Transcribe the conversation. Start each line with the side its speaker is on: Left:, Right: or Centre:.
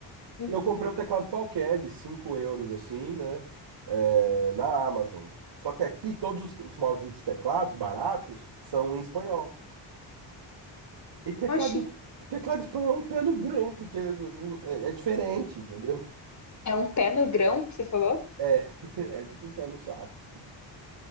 Left: Uhum.
Right: E eu comprei um teclado qualquer de 5 euros, assim, né? é, na Amazon. Só que aqui todos os, os malditos teclados baratos são em espanhol. E teclado,
Left: Oxi,
Right: em- teclado em espanhol é um pé no grão, porque o- é, é diferente, entendeu?
Left: é um pé no grão que você falou?
Right: É, <laughs> é tipo um pé no saco.